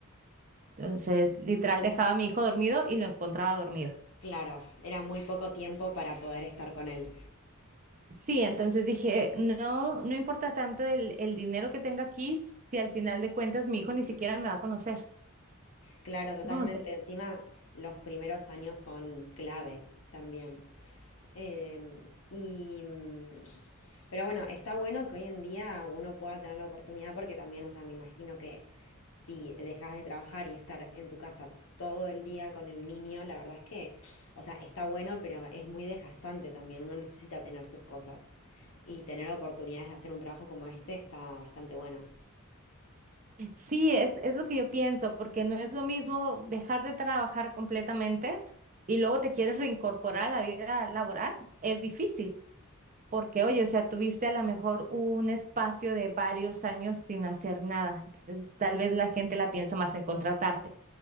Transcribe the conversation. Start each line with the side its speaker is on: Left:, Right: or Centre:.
Right: Entonces, literal, dejaba a mi hijo dormido y lo encontraba dormido.
Left: claro, era muy poco tiempo para poder estar con él.
Right: Sí, entonces dije, no, no importa tanto el, el dinero que tenga aquí si al final de cuentas mi hijo ni siquiera me va a conocer.
Left: Claro, totalmente.
Right: No, de-
Left: Encima, los primeros años son clave también. Em, y, mm, pero bueno, está bueno que hoy en día uno pueda tener la oportunidad porque también, o sea, me imagino que si dejas de trabajar y estar en tu casa todo el día con el niño, la verdad es que, o sea, está bueno, pero es muy desgastante también. Uno necesita tener sus cosas y tener oportunidades de hacer un trabajo como este está bastante bueno.
Right: sí, es, es lo que yo pienso, porque no es lo mismo dejar de trabajar completamente y luego te quieres reincorporar a la vida laboral, es difícil, porque oye, o sea, tuviste a lo mejor un espacio de varios años sin hacer nada, entonces tal vez la gente la piensa más en contratarte.